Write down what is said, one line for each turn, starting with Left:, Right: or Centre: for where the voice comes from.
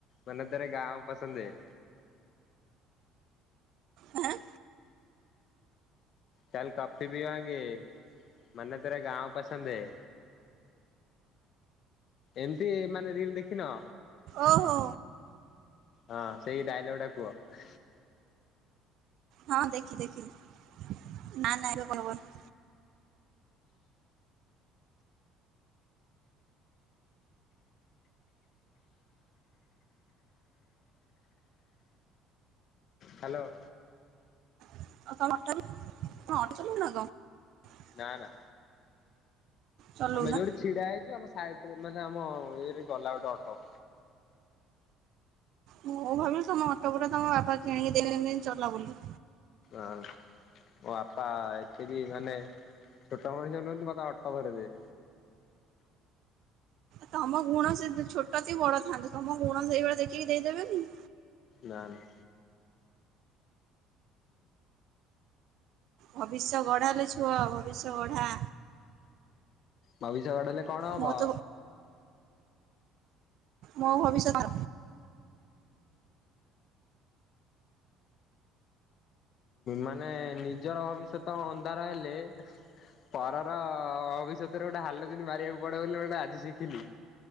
Left: ମାନେ ତେରେ ଗାଁ ପସନ୍ଦ ହେ।
Right: ହେ ଏଁ।
Left: ଚାଲ୍ କଫି ପିଇବାଙ୍ଗେ ମାନେ ତେରେ ଗାଁ ପସନ୍ଦ ହେ। ଏମିତି ମାନେ ରିଲ ଦେଖିନ।
Right: ଓହୋ।
Left: ହଁ ସେଇ ଡାଇଲଗ ଟା କୁହ।
Right: ହଁ ଦେଖି ଦେଖିଲି ନା ନା ଏବେ କହି ହବନି।
Left: ହ୍ୟାଲୋ।
Right: <unintelligible>
Left: ନା ନା।
Right: ଚଲଉନା
Left: ଆମେ ଯୋଉଠି ଛିଡା ହେଇଛୁ ଆମ ସାଇଡ ରେ ମାନେ ଆମ ଇଏରେ ଗଲା ଗୋଟେ ଅଟ।
Right: ମୁଁ ଭାବିଲି ତମ ଅଟପୁରା ତମ ବାପା କିଣିକି ଦେଇଚନ୍ତି ଚଲା ବୋଲି।
Left: ଆଁ ମୋ ବାପା ଏତେ ବି ମାନେ ଛୋଟ ମଣିଷ ନୁହନ୍ତି ମତେ ଅଟୋ ଧରେଇଦେବେ।
Right: ତମ ଗୁଣ ସେ ଛୋଟ କି ବଡ ଥାନ୍ତୁ ତମ ଗୁଣ ସେଇଭଳିଆ ଦେଖିକି ଦେଇଦେବେନି।
Left: ନା ନା।
Right: ଭବିଷ୍ୟ ଗଢା ଲୋ ଛୁଅ ଭବିଷ୍ୟ ଗଢା।
Left: ଭବିଷ୍ୟ ଗଢିଲେ ହେଲେ କଣ ହବ।
Right: ମୋ ତ ମୋ ଭବିଷ୍ୟତ।
Left: ମାନେ ନିଜର ଭବିଷ୍ୟତ ଅନ୍ଧାର ହେଲେ। ପରର ଭବିଷ୍ୟତରେ ଗୋଟେ ହାଲଜିନ ମାରିବାକୁ ପଡେ ବୋଲି ମୁଁ ହେଟା ଆଜି ଶିଖିଲି।